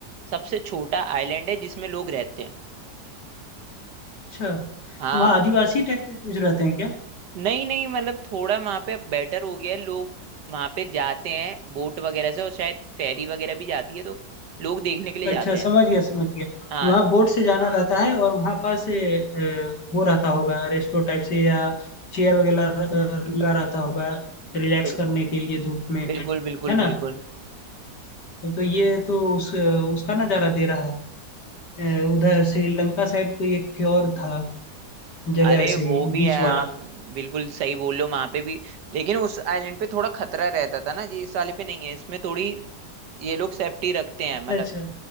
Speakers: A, on the right; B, on the left.
A: सबसे छोटा आइलैंड है जिसमें लोग रहते हैं
B: अच्छा
A: हाँ
B: तो वहाँ आदिवासी टाइप के कुछ रहते हैं
A: नहीं नहीं मतलब थोड़ा वहां पे अब बेटर हो गया है लोग वहां पे जाते हैं बोट वगैरह से और शायद फेरी वगैरह भी जाती है तो लोग देखने के लिए जाते
B: अच्छा
A: हैं
B: समझ गया समझ गया
A: हाँ
B: वहाँ बोट से जाना रहता है और वहाँ पास ए, ए, वो रहता होगा रेस्टो टाइप से या चेयर वगैरह अ, लगा रहता होगा रिलैक्स
A: बिल,
B: करने के लिए धूप में
A: बिल्कुल बिल्कुल
B: है ना
A: बिल्कुल
B: तो, तो ये तो उस उसका नज़ारा दे रहा है ए, उधर श्रीलंका साइड कोई एक थी और था जगह
A: अरे
B: ऐसे
A: वो
B: ही
A: भी
B: बीच
A: है
B: वाला
A: हाँ बिल्कुल सही बोल रहे हो वहां पे भी लेकिन उस आइलैंड पे थोड़ा खतरा रहता था ना ये इस वाले पे नहीं है इसमें थोड़ी ये लोग सेफ्टी रखते हैं
B: अच्छा
A: मतलब
B: अच्छा